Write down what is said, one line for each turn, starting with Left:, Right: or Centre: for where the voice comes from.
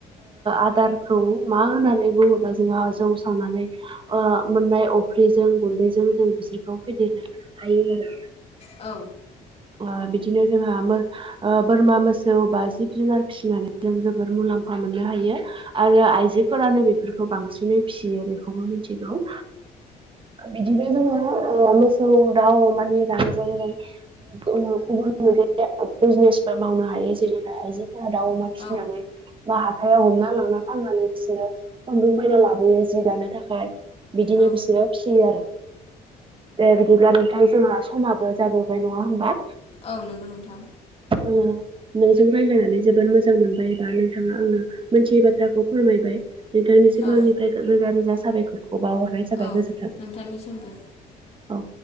Right: आदारखौ मा होननानै बुङोबा जोंहा जौ सावनानै मोन्नाय अफ्रिजों गुन्दैजों जों बिसोरखौ फेदेरनो हायो आरो
Left: औ
Right: बा बिदिनो जोंहा बोरमा मोसौ बा जिब जुनार फिसिनानै जों जोबोर मुलाम्फा मोनो। ननो हायो आरो आइजोफोरानो बेफोरखौ बांसिनै फिसियो बेखौबो मिथिगौ बिदिनो जोङो मोसौ दाउ अमानि रांजों गुबुन <unintelligible> बिजनेसबो मावनो हायो जेरै आइजो दाव अमा
Left: औ
Right: फिसिनानै बाहा हमना लांना फाननानै बिसोरो खुन्दुं बायना लाबोयो जि दानो थाखाय बिदिनो
Left: औ
Right: बिसोरो फिसियो आरो बिदिब्ला नोंथाय जोंहा समाबो जाबो नङा होमबा।
Left: औ नंगौ नोंथां।
Right: जोङो नोंजों रायलायनानै जोबोर मोजां मोनबाय बा नोंथाङा आंनो मोनथियै बाथ्राखौ फोरमायबाय नोंथांनिसिम
Left: औ
Right: आंनिफ्राय रोजा रोजा साबायखर खौ बावहरनाय जाबाय
Left: औ
Right: गोजोन्थों
Left: नोंथांनिसिमबो
Right: औ।